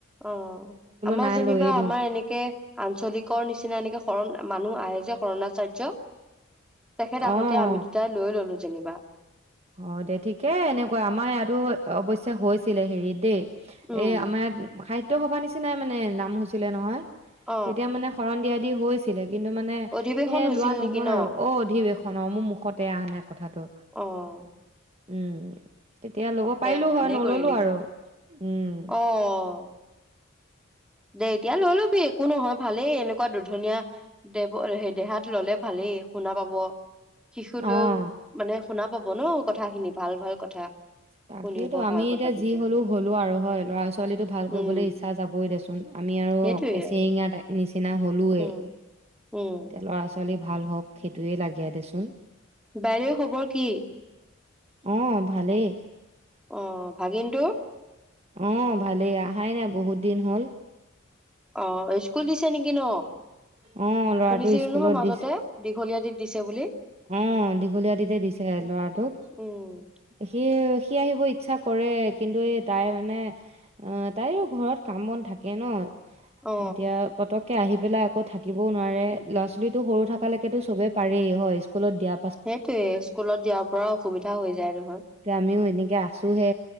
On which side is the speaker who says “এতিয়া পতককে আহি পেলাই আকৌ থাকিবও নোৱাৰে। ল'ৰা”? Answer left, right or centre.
Right